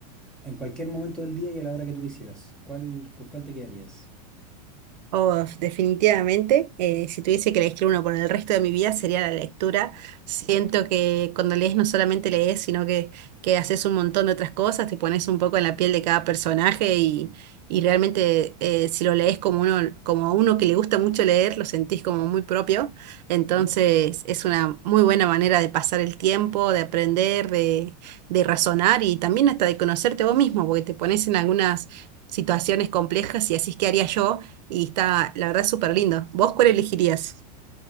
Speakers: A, in the centre; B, on the right.
A: en cualquier momento del día y a la hora que tú quisieras, ¿cuál, con cuál te quedarías?
B: Oh, definitivamente, eh, si tuviese que elegir uno por el resto de mi vida sería la lectura. Siento que cuando lees no solamente lees, sino que, que haces un montón de otras cosas, te pones un poco en la piel de cada personaje y, y realmente eh, si lo lees como uno, como a uno que le gusta mucho leer, lo sentís como muy propio. Entonces
A: ¿Eh?
B: es una muy buena manera de pasar el tiempo, de aprender, de, de razonar y también hasta de conocerte vos mismo, porque te pones en algunas situaciones complejas y así es que haría yo y está, la verdad, súper lindo. ¿Vos cuál elegirías?